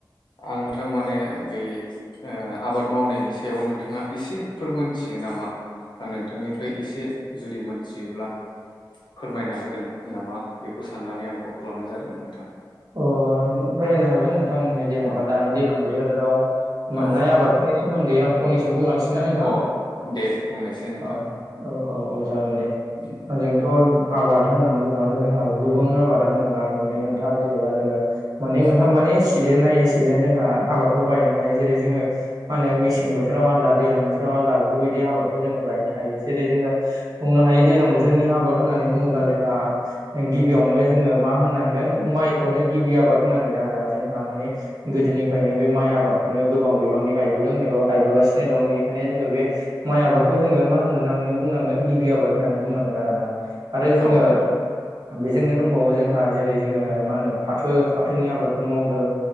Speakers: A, on the left (about 70°); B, on the right (about 50°).
A: आं नोंथां माने बै ओ आबाद मावनायनि सायाव नोंथाङा एसेफोर मोनथियो नामा? आं नोंथांनि फाय एसे जुदि मोनथियोब्ला फोरमायना होगोन नामा बेखौ साननानै आं कल खालामनाय जादोंमोन नोंथां।
B: अ फोरमायनो हागोन नोंथां। जेन'बा
A: अ
B: दानि दैलां बोथोराव मोननाय
A: औ
B: आबादफोरनि सो सोमोन्दै आं फंनैसो बुंलांसै। ना नोंथां
A: अ दे बुंनायसै नोंथां।
B: औ औ औ औ जागोन दे।
A: उम।
B: जोंथ' आबाद होनना बुंब्लाथ' जोंहा गोबुं आबादानो दंना मोननै मोनथाम जेनेबा जोङो मोननै मोनथाम
A: औ
B: माने सिजेन नायै सिजेन जोंहा आबादखौ गायनो हायो। जेरै जोङो मा होनो मेसें बोथोराव आलदा दैलां बोथोराव आलदा बेफोरबायदि आबादखौ जोङो गायनो हायो। जेरै जोङो बुंनो हायो दैलां बोथोरनि आबाद होननानै बुङोब्ला जोंहा गिबियावनो जोङो मा होननांगोन माइखौनो गिबि आबाद होननांगोन आरोना जोंहा माने गोदोनिफायनो बे माइ आबादखौनो गोबां बिबांनि गायबोदों एबा गायबोगासिनो दं। बेनिखायनो जोङो बे माइ आबादखौ जोङो मा होननांनै बुंनांगोन गिबि आबाद होननानै बुंनांगोन आरोना। आरो जोङो
A: औ नोंथां
B: बेजोंनो दंबावो जोंहा जेरै जोङो मा होनो फाथो फाथोनि आबादबो मावदों।